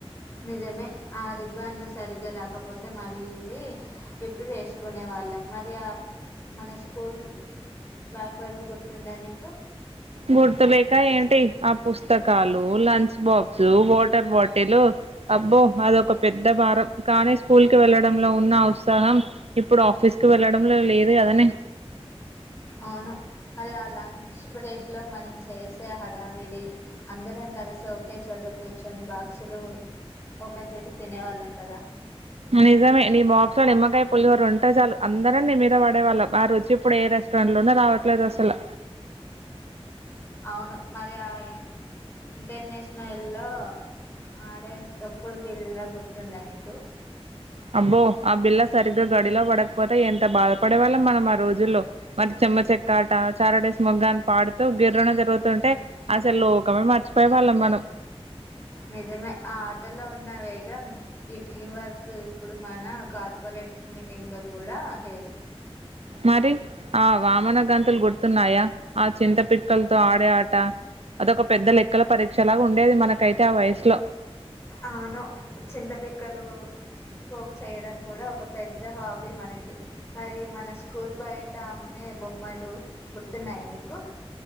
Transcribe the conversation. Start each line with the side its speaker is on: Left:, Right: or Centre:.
Left: నిజమే ఆ రిబ్బాన్లు సరిగ్గా రాకపోతే మళ్ళీ విప్పి వేసుకునే వాళ్ళం మరి ఆ మన స్కూల్ బ్యాగ్ బరువు గుర్తు దానికి
Right: గుర్తులేక ఏంటి ఆ పుస్తకాలు లంచ్ బాక్స్ వాటర్ బాటిల్ అబ్బో అదొక పెద్ద భారం కానీ స్కూల్ కి వెళ్ళడంలో ఉన్న ఉత్సాహం ఇప్పుడు ఆఫీస్ కు వెళ్ళడం లో లేదు కదనే
Left: అవును మరి ఆ లంచ్ బ్రేక్ లో మనం చేసే హడావిడి అందరం కలిసి ఒకే చోట కూర్చొని బాక్సులు ఓపెన్ చేసి తినేవాళ్ళం కదా
Right: నిజమే నీ బాక్స్ లో నిమ్మకాయ పులిహోర ఉంటే చాలు అందరం నీ మీద పడేవాళ్ళం అ రుచి ఇప్పుడు ఏ రెస్టారెంట్ లోనూ రావట్లేదు అసలు
Left: అవును మరి ఆ ఇ ఇంటర్నేషనల్లో ఆడే తొక్కుడు బీల్ల గుర్తుందా నీకు
Right: అబ్బో ఆ బిల్ల సరిగ్గా గడిలో పడకపోతే ఎంత బాధపడే వాళ్ళం మనం ఆ రోజుల్లో మరి చెమ్మ చెక్కాట చారటెసి మొగ్గాని పాడుతూ గిర్రున తిరుగుతుంటే అసలు లోకమే మర్చిపోయే వాళ్ళం మనం
Left: నిజమే ఆ ఆటలో ఉన్న వే ఈ టీం వర్క్ ఇప్పుడు మన కార్పొరేట్ మీటింగ్ లో కూడా లేదు
Right: మరి ఆ వామన గంతులు గుర్తున్నాయా ఆ చింత పిక్కలతో ఆడే ఆట అదొక పెద్ద లెక్కల పరీక్ష లాగా ఉండేది మనకైతే ఆ వయసులో
Left: అవును చింతపిక్కలు పోగు చేయడం కూడా ఒక పెద్ద హాబీ మనకి మరి మన స్కూల్ బయట అమ్మే బొమ్మలు గుర్తున్నాయయి నీకు